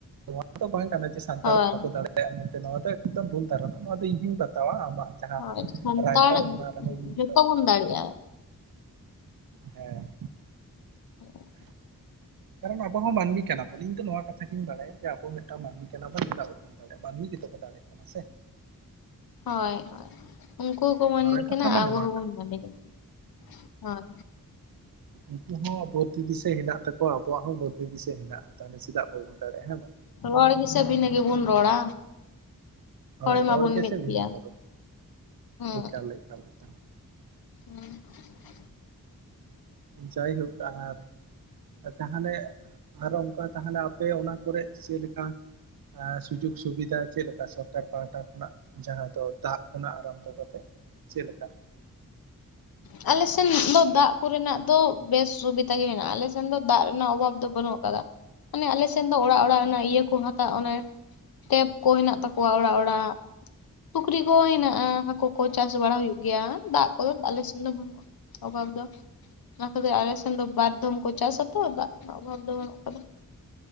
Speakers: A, on the right; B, on the left.
A: ᱱᱚᱣᱟ ᱫᱚ ᱵᱟᱝ ᱠᱟᱱᱟ ᱡᱮ ᱥᱟᱱᱛᱟᱲ
B: ᱦᱳᱭ
A: ᱵᱟᱠᱚ ᱫᱟᱲᱮᱭᱟᱜ-ᱟ ᱾ ᱢᱮᱱᱛᱮ ᱱᱚᱣᱟ ᱫᱚ ᱮᱠᱫᱚᱢ ᱵᱷᱩᱞ ᱫᱷᱟᱨᱚᱱᱟ ᱱᱚᱣᱟ ᱫᱚ ᱤᱧᱦᱧ ᱵᱟᱛᱟᱣᱟ ᱟᱢᱟᱜ ᱡᱟᱦᱟᱸ
B: ᱦᱳᱭ ᱥᱟᱱᱛᱟᱲ
A: ᱨᱟᱭ ᱛᱟᱢ ᱚᱱᱟ <unintelligible>
B: ᱡᱚᱛᱚ ᱵᱚᱱ ᱫᱟᱲᱮᱭᱟᱜᱼᱟ
A: ᱦᱮᱸ
B: <unintelligible>
A: ᱠᱟᱨᱚᱱ ᱟᱵᱚ ᱦᱚᱸ ᱢᱟᱹᱱᱢᱤ ᱠᱟᱱᱟ ᱵᱚᱱ ᱤᱧ ᱫᱚ ᱱᱚᱣᱟ ᱠᱟᱛᱷᱟ ᱜᱤᱧ ᱵᱟᱲᱟᱭᱟ ᱡᱮ ᱟᱵᱚ ᱢᱤᱫᱴᱟᱝ ᱢᱟᱹᱱᱢᱤ ᱠᱟᱱᱟ ᱵᱚᱱ ᱪᱮᱫᱟᱜ ᱵᱟᱵᱚᱱ ᱫᱟᱲᱮᱭᱟᱜ-ᱟ, ᱢᱟᱹᱱᱢᱤ ᱜᱮᱛᱚ ᱠᱚ ᱫᱟᱲᱮᱭᱟᱜ ᱠᱟᱱᱟ ᱥᱮ᱾
B: ᱦᱳᱭ ᱦᱳᱭ ᱩᱱᱠᱩ ᱦᱚᱸᱠᱚ ᱢᱟᱹᱱᱢᱤ
A: ᱢᱟᱨᱟᱝ ᱠᱟᱛᱷᱟ
B: ᱠᱟᱱᱟ
A: ᱢᱟ
B: ᱟᱵᱚ
A: ᱱᱚᱣᱟ
B: ᱦᱚᱸ ᱵᱚᱱ ᱢᱟᱹᱱᱢᱤ ᱠᱟᱱᱟ ᱦᱳᱭ᱾
A: ᱩᱱᱠᱩ ᱦᱚᱸ ᱵᱩᱨᱫᱷᱤ ᱫᱤᱥᱟᱹ ᱦᱮᱱᱟᱜ ᱛᱟᱠᱚᱣᱟ ᱟᱵᱩᱣᱟᱜ ᱦᱚᱸ ᱵᱩᱨᱫᱷᱤ ᱫᱤᱥᱟᱹ ᱦᱮᱱᱟᱜ-ᱟ᱾ ᱛᱟᱦᱚᱞᱮ ᱪᱮᱫᱟᱜ ᱵᱟᱵᱚᱱ ᱫᱟᱲᱮᱭᱟᱜ-ᱟ ᱦᱮᱸ ᱵᱟᱝ᱾
B: ᱨᱚᱲ ᱜᱮᱥᱮ ᱵᱷᱤᱱᱟᱹ ᱜᱮ ᱵᱚᱱ ᱨᱚᱲᱟ᱾
A: ᱦᱳᱭ
B: ᱦᱚᱲ
A: ᱨᱚᱲ
B: ᱢᱟᱵᱚᱱ
A: ᱜᱮ
B: ᱢᱤᱫ
A: ᱥᱮ ᱵᱷᱤᱱᱟ
B: ᱜᱮᱭᱟ
A: ᱵᱚᱱ ᱨᱚᱲ
B: ᱦᱮᱸ
A: ᱮᱠᱟᱞ ᱮᱠᱟᱞ ᱮᱠᱟᱞ ᱾
B: <unintelligible>
A: ᱡᱟᱭᱦᱳᱠ ᱟᱨ ᱛᱟᱦᱚᱞᱮ ᱟᱨ ᱚᱱᱠᱟ ᱛᱟᱦᱚᱞᱮ ᱟᱯᱮ ᱚᱱᱟ ᱠᱚᱨᱮ ᱪᱮᱫ ᱞᱮᱠᱟ? ᱮᱸ ᱥᱩᱡᱳᱜᱽ ᱥᱩᱵᱤᱫᱷᱟ ᱪᱮᱫ ᱞᱮᱠᱟ ᱥᱚᱨᱠᱟᱨ ᱯᱟᱦᱟᱴᱟ ᱠᱷᱚᱱᱟᱜ? ᱡᱟᱦᱟᱸ ᱫᱚ ᱫᱟᱜ ᱠᱷᱚᱱᱟᱜ ᱟᱨᱟᱢᱵᱷᱚ ᱠᱟᱛᱮᱫ ᱪᱮᱫ ᱞᱮᱠᱟ?
B: ᱟᱞᱮ ᱥᱮᱱ ᱫᱚ ᱫᱟᱜ ᱠᱚᱨᱮᱱᱟᱜ ᱫᱚ ᱵᱮᱥ ᱥᱩᱵᱤᱫᱷᱟ ᱜᱮ ᱢᱮᱱᱟᱜ-ᱟ, ᱟᱞᱮ ᱥᱮᱱ ᱫᱚ ᱫᱟᱜ ᱨᱮᱱᱟᱜ ᱚᱵᱷᱟᱵ ᱫᱚ ᱵᱟᱹᱱᱩᱜ ᱟᱠᱟᱫᱟ᱾ ᱢᱟᱱᱮ ᱟᱞᱮ ᱥᱮᱱ ᱫᱚ ᱚᱲᱟᱜ ᱚᱲᱟᱜ ᱚᱱᱟ ᱤᱭᱟᱹ ᱠᱚ ᱦᱟᱛᱟᱜ ᱚᱱᱮ ᱴᱮᱯ ᱠᱚ ᱦᱮᱱᱟᱜ ᱛᱟᱠᱚᱣᱟ ᱚᱲᱟᱜ ᱚᱲᱟᱜ᱾ ᱯᱩᱠᱷᱨᱤ ᱠᱚ ᱦᱮᱱᱟᱜ-ᱟ ᱦᱟᱹᱠᱩ ᱠᱚ ᱪᱟᱥ ᱵᱟᱲᱟ ᱦᱩᱭᱩᱜ ᱜᱮᱭᱟ, ᱫᱟᱜ ᱠᱚᱫᱚ ᱟᱞᱮ ᱥᱮᱫ ᱵᱟᱱᱩᱜ-ᱟ ᱚᱵᱷᱟᱵ ᱫᱚ᱾ ᱚᱱᱟ ᱠᱷᱟᱹᱛᱤᱨ ᱟᱞᱮ ᱥᱮᱱ ᱫᱚ ᱵᱟᱨ ᱫᱷᱢ ᱠᱚ ᱪᱟᱥᱟ ᱛᱚ ᱫᱟᱜ ᱨᱮᱱᱟᱜ ᱚᱵᱷᱟᱵ ᱫᱚ ᱵᱟᱹᱱᱩᱜ ᱟᱠᱟᱫᱟ᱾